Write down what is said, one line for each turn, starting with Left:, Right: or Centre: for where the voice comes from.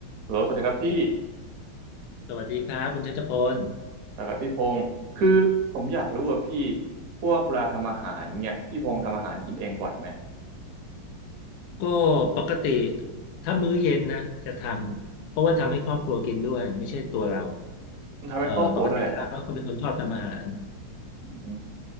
Right: ฮัลโหลสวัสดีครับพี่
Left: สวัสดีครับคุณชัชพล
Right: สวัสดครับพี่พงศ์คือผมอยากรู้ว่าพี่พวกเวลาทำอาหารเนี่ยพี่พงศ์ทำอาหารกินเองบ่อยไหม
Left: ก็ปกติถ้ามื้อเย็นนะจะทำเพราะว่าทำให้ครอบครัวกินด้วยไม่ใช่ตัวเรา
Right: ทำให้ครอบครัวด้วยครับ
Left: เอ่อปกติแล้วก็เป็นคนชอบทำอาหาร
Right: อืม